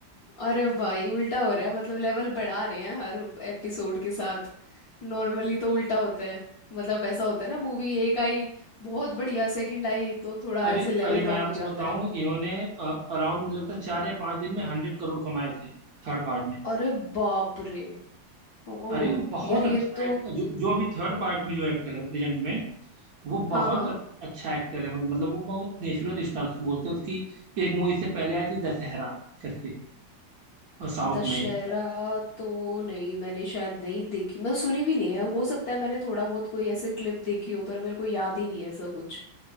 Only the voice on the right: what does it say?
अरे
अरे मैं
आपको
बताऊं
इन्होंने अराउंड मुझे लगता है चार या पांच दिन में हंड्रेड करोड़ कमाए थे थर्ड पार्ट ने
अरे वो बहुत
अच्छा
है जो जो अभी थर्ड पार्ट में जो एक्टर है प्रेजेंट में वो
बहुत
अ- अच्छा एक्टर है मतलब वो बहुत नेचुरल स्टार उसको बोलते हैं उसकी एक मूवी से पहले आई थी दशहरा करके और साउथ
में ही।